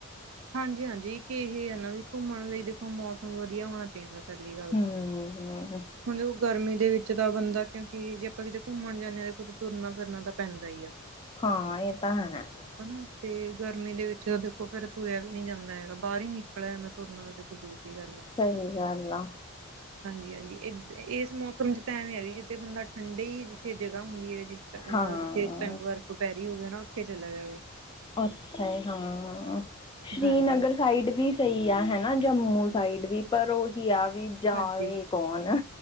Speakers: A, on the right (about 65°); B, on the left (about 20°).
A: ਹਾਂਜੀ ਹਾਂਜੀ, ਕਿ ਇਹ ਹੈ ਨਾ ਵੀ ਘੁੰਮਣ ਲਈ ਦੇਖੋ ਮੌਸਮ ਵਧੀਆ ਹੋਣਾ ਚਾਹੀਦਾ, ਪਹਿਲੀ ਗੱਲ
B: ਹੂੰ
A: ਤਾਂ।
B: ਹੂੰ,
A: ਦੇ ਗਰਮੀ ਦੇ ਵਿੱਚ ਤਾਂ ਬੰਦਾ, ਕਿਉਂਕਿ ਜੇ ਆਪਾਂ ਕਿਤੇ ਘੁੰਮਣ ਜਾਂਨੇ ਹਾਂ ਤੇ ਖੁ, ਤੁਰਨਾ ਫਿਰਨਾ ਤਾਂ ਪੈਂਦਾ ਹੀ ਆ।
B: ਹਾਂ, ਇਹ ਤਾਂ ਹੈ।
A: ਹੈਨਾ, ਤੇ ਗਰਮੀ ਦੇ ਵਿੱਚ ਤਾਂ ਦੇਖੋ ਫਿਰ ਤੁਰਿਆ ਵੀ ਨਹੀਂ ਜਾਂਦਾ ਹੈਗਾ, ਬਾਹਰ ਹੀ ਨਿਕਲਿਆ ਇਹ ਘੁਮਨਾ ਤਾਂ ਦੇਖੋ, ਦੂਰ ਦੀ ਗੱਲ ਹੈ।
B: ਸਹੀ ਗੱਲ ਆ।
A: ਹਾਂਜੀ, ਹਾਂਜੀ। ਇ ਇਸ ਮੌਸਮ 'ਚ ਤਾਂ ਐਵੇਂ ਹੈਗੈ ਕਿਤੇ ਬੰਦਾ ਠੰਡੇ ਹੀ ਜਿੱਥੇ ਜਗ੍ਹਾ ਹੁੰਦੀ ਹੈ, ਜਿਸ 'ਟ ਮਤਲਬ
B: ਹਾਂ
A: ਜਿੱਥੇ ਪੈਂ ਬਰਫ ਪੈ ਰਹੀ ਹੋਵੇ ਨਾ, ਉੱਥੇ ਚਲਾ ਜਾਵੇ।
B: ਉੱਥੇ ਹਾਂ, ਸ਼੍ਰੀਨਗਰ
A: ਹਾਂਜੀ-ਹਾਂਜੀ,
B: ਸਾਈਡ ਵੀ ਸਹੀ ਆ ਹੈਨਾ, ਜੰਮੂ ਸਾਈਡ ਵੀ, ਪਰ ਉਹੀ ਆ ਵੀ ਜਾਵੇ
A: ਹਾਂਜੀ
B: ਕੌਣ,